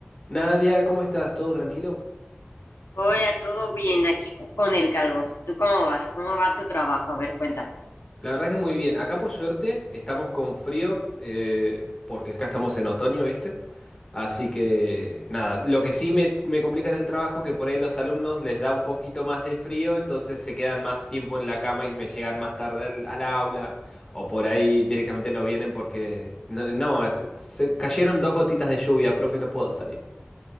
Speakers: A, on the left (about 20°); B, on the left (about 85°).
A: Nadia, ¿cómo estás? ¿Todo tranquilo?
B: Hola, todo bien aquí con el calor. ¿Tú cómo vas? ¿Cómo va tu trabajo? A ver, cuéntame.
A: La verdad que muy bien. Acá por suerte estamos con frío, eh, porque acá estamos en otoño, ¿viste? Así que nada, lo que sí me, me complica en el trabajo, que por ahí los alumnos les da un poquito más de frío, entonces se quedan más tiempo en la cama y me llegan más tarde al, al aula, o por ahí directamente no vienen porque... No, no, eh, se cayeron dos gotitas de lluvia, profe, no puedo salir.